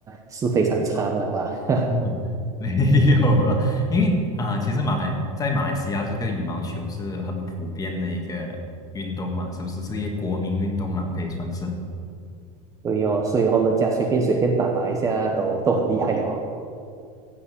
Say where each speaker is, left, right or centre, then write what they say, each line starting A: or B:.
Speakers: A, on the right; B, on the left.
A: 是非常差的吧？<laughs>
B: 嗯 <laughs> 没有了，因为啊、其实马来在马来西亚这个羽毛球是很普遍的一个运动嘛，是不是是一个国民运动啦，可以算是。
A: 所以哦，所以哦，人家随便随便打打一下都都很厉害哦。